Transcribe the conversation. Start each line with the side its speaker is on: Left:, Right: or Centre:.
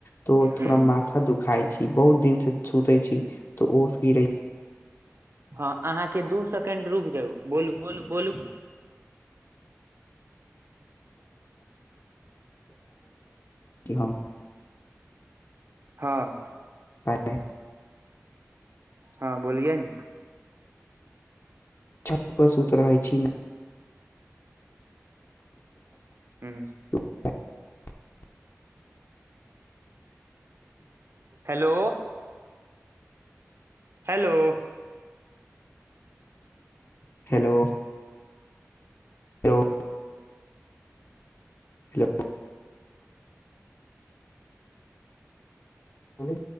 Left: तो थोड़ा
Right: ह
Left: माथा दुखाइ छी बहुत दिन से सुतै छी तऽ ओ स की रहहि
Right: हँ अहाँके दू सेकेंड रुक जाउ बोलू बोलू बोलू
Left: हम
Right: हँ
Left: ह
Right: हँ बोलियए ने
Left: छत पर सुत रहै छी
Right: हू
Left: आ
Right: hello hello
Left: hello hello, hello हली